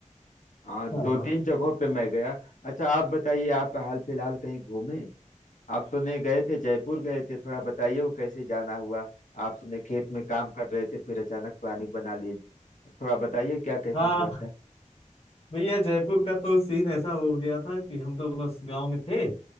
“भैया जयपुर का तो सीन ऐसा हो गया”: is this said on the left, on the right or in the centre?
Left